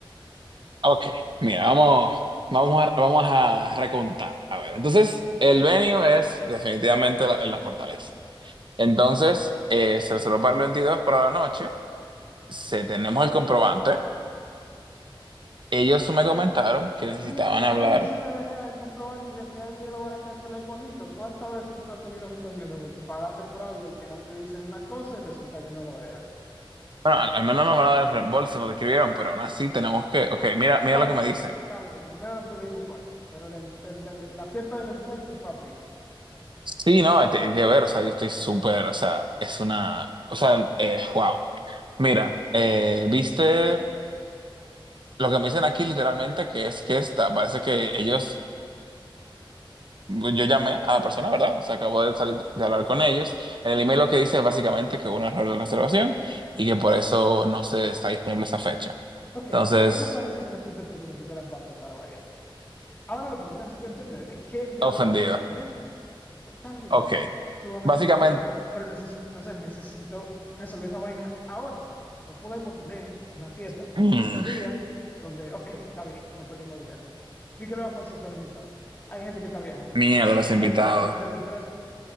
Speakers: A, on the right (about 60°); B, on the left (about 20°).
A: Ok, mira, vamos, vamos a, vamos a recontar. A ver, entonces, el venue es definitivamente la, la fortaleza. Entonces, eh, se reservó para el 22 para la noche. se tenemos el comprobante. Ellos me comentaron que necesitaban
B: Eh, pero a
A: hablar.
B: mí no me sirve de nada el comprobante si al final del día lo van a cancelar igualito. ¿Cuántas veces tú no has tenido una situación donde tú pagaste por algo y al final te dicen una cosa y resulta que no lo era?
A: Bueno, al, al menos no van a dar reembolso, nos describieron, pero aún así tenemos que. Ok, mira, mira
B: Está
A: lo
B: bien,
A: que me dicen.
B: está bien, al menos no perdimos cuatro, pero la, em- el de- la fiesta de la empresa se fue a pique.
A: Sí, no, hay que, hay que ver, o sea, yo estoy súper, o sea, es una. O sea, eh, wow. Mira, eh, viste lo que me dicen aquí literalmente, que es que está, parece que ellos Yo llamé a la persona, ¿verdad? O sea, acabo de salir de hablar con ellos. En el email lo que dice es básicamente que hubo un error de reservación y que por eso no se está disponible esa fecha.
B: Ok,
A: Entonces,
B: al menos parece que no fuiste tú que metiste la pata para variar. Ahora lo que yo necesito entender es qué diablo
A: ofendido.
B: vamos a sacar a esta gente. Oh, Está bien,
A: Ok.
B: Ra, tú has metido
A: Básicamente,
B: la pata antes, pero necesito, o sea, necesito resolver esa vaina ahora. No podemos tener una fiesta
A: <clears throat> mm,
B: que en un día donde, ok, está bien, no perdimos dinero. ¿Y qué le vamos a decir a todos los invitados? Hay gente que está viajando,
A: miedo
B: Irán.
A: a los
B: Hay
A: invitados.
B: gente importante de la empresa.